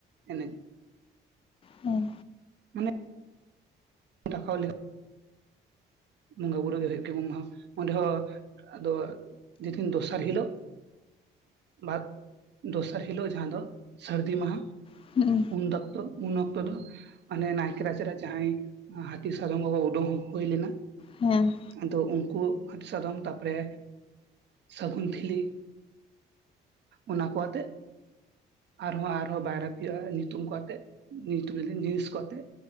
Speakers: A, on the right; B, on the left.
A: ᱮᱱᱮᱡ᱾
B: ᱦᱮᱸ
A: ᱢᱟᱱᱮ <unintelligible> ᱵᱚᱸᱜᱟ ᱵᱩᱨᱩ ᱜᱮ ᱦᱩᱭᱩᱜ ᱜᱮ ᱩᱢ ᱢᱟᱦᱟ ᱚᱸᱰᱮ ᱦᱚᱸ ᱟᱫᱚ ᱡᱮᱫᱤᱱ ᱫᱚᱥᱟᱨ ᱦᱤᱞᱳᱜ ᱵᱟᱫ ᱫᱚᱥᱟᱨ ᱦᱤᱞᱳᱜ ᱡᱟᱦᱟᱸ ᱫᱚ ᱥᱟᱹᱨᱫᱤ ᱢᱟᱦᱟ᱾
B: ᱦᱩᱸ
A: ᱩᱱ ᱫᱚᱠᱛᱚ ᱩᱱ ᱚᱠᱛᱚ ᱫᱚ, ᱟᱱᱮ ᱱᱟᱭᱠᱮ ᱨᱟᱪᱟ ᱨᱮ ᱡᱟᱸᱦᱟᱭ ᱦᱟᱹᱛᱤ ᱥᱟᱫᱚᱢ ᱠᱚ ᱠᱚ ᱳᱰᱳᱝ ᱦᱳᱭ ᱞᱮᱱᱟ,
B: ᱦᱮᱸ᱾
A: ᱟᱫᱚ ᱩᱱᱠᱩ ᱦᱟᱹᱛᱤ ᱥᱟᱫᱚᱢ ᱛᱟᱯᱚᱨᱮ ᱥᱟᱹᱜᱩᱱ ᱴᱷᱤᱞᱤ ᱚᱱᱟ ᱠᱚ ᱦᱟᱛᱮᱜ ᱟᱨᱦᱚᱸ ᱟᱨᱦᱚᱸ ᱵᱟᱭᱨᱟ ᱯᱤᱭᱟ ᱧᱩᱛᱩᱢ ᱠᱚ ᱟᱛᱮᱜ ᱧᱩᱛᱩᱢ ᱞᱮ ᱫᱤᱧ ᱞᱤᱥᱴ ᱠᱚ ᱟᱛᱮᱛ